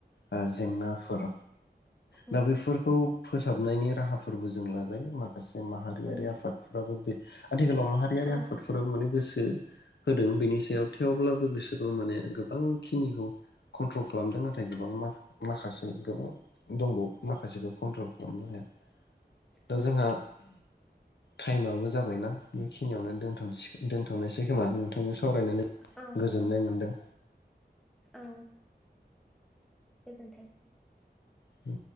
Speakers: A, on the left (about 75°); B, in the centre.
A: आ जेंनाफोर
B: उम
A: दा बेफोरखौ खौ फोसाबनायनि राहाफोरबो जों लाजायो मा माखासे माहारियारि
B: उम
A: आफादफोराबो बे आथिखालाव माहारियारि
B: औ
A: आफादफोराबो माने गोसो होदों बेनि सायाव थेवब्लाबो बिसोरबो माने गो बां खिनिखौ कन्ट्रल खालामदों नाथाय गोबां मा माखासे गोबां दंबावो माखासेखौ कन्ट्रल खालामनो हाया । दा
B: उम
A: जोंहा टाइमाबो जाबायना बेखिनियावनो । दोनथनायसै खोमा नोंथां सावरायनानै
B: औ
A: गोजोननाय
B: औ
A: मोनदों ।
B: औ गोजोन्थों ।
A: औ